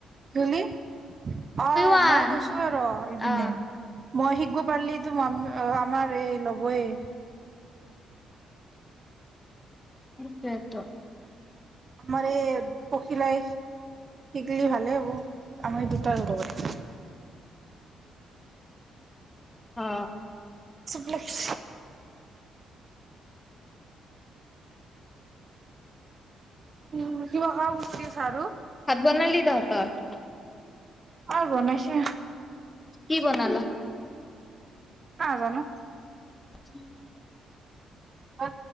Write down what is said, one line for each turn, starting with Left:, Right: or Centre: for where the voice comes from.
Right: হলি অ
Left: আন
Right: মই কৈছো ৰ ইপিনে
Left: অ
Right: মই শিকিব পাৰিলি তো আমাৰ এই লবয়
Left: স্প আতো
Right: আমাৰ পখিলাই শিকলি ভাল ভাল হব আমি দুটা ৰ কৰি
Left: অ
Right: শুভ লক্ষ উ কিবা কাম কৰি আছা আৰু
Left: হাত বাৰ লি তহঁতৰ
Right: অ বনাইছে
Left: কি বনালা
Right: হানো
Left: <inaudible>
Right: অ